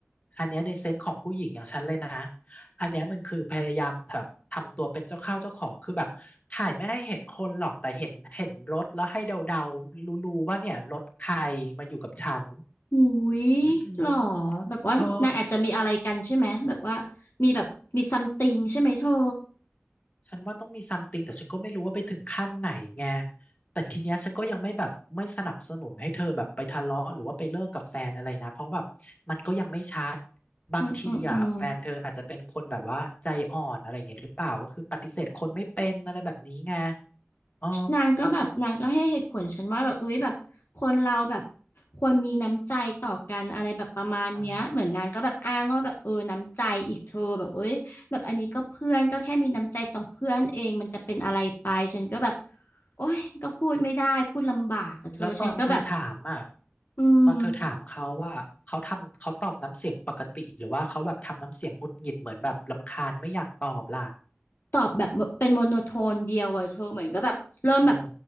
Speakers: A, on the left; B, on the left.
A: อันเนี้ยในเซนส์ของผู้หญิงอย่างฉันเลยนะ อันเนี้ยมันคือพยายามแบบทำตัวเป็นเจ้าเข้าเจ้าของคือแบบถ่ายไม่ให้เห็นคนหรอกแต่เห็นเห็นรถแล้วให้เดาๆรู้ๆว่าเนี่ยรถใครมาอยู่กับฉัน
B: หูย
A: อืม
B: หรอแบบว่านางอาจจะมีอะไรกันใช่ไหมแบบว่ามีแบบมีซัมติงใช่ไหมเธอ
A: เธอ ฉันว่าต้องมีซัมติงแต่ฉันก็ไม่รู้ว่าไปถึงขั้นไหนไงแต่ทีเนี้ยฉันก็ยังไม่แบบไม่สนับสนุนให้เธอแบบไปทะเลาะหรือว่าไปเลิกกับแฟนอะไรนะเพราะแบบมันก็ยังไม่ชัดบางทีอ่ะแฟนเธออาจจะเป็นคนแบบว่าใจอ่อนอะไรอย่างเงี้ยหรือเปล่าก็คือปฏิเสธคนไม่เป็นอะไรแบบนี้ไง
B: อืมอืมอืม
A: อ๋อ
B: นางก็แบบนางก็ให้เหตุผลฉันว่าแบบเอ้ยแบบคนเราแบบควรมีน้ำใจต่อกันอะไรแบบประมาณเนี้ยเหมือนนางก็แบบอ้างว่าแบบเออน้ำใจอีกเธอแบบเอ้ยแบบอันนี้ก็เพื่อนก็แค่มีน้ำใจต่อเพื่อนเองมันจะเป็นอะไรไปฉันก็แบบ
A: อ๋อ
B: โอ้ยก็พูดไม่ได้พูดลำบากอะเธอฉันก็แบบ
A: แล้วตอนเธอถามอ่ะ
B: อืม
A: ตอนเธอถามเขาว่าเขาทำเขาตอบน้ำเสียงปกติหรือว่าเขาแบบทำน้ำเสียงหงุดหงิดเหมือนแบบรำคาญไม่อยากตอบล่ะ
B: ตอบแบบเป็นโมโนโทนเดียวอะเธอเหมือนก็แบบเริ่มแบบ
A: อ๋อ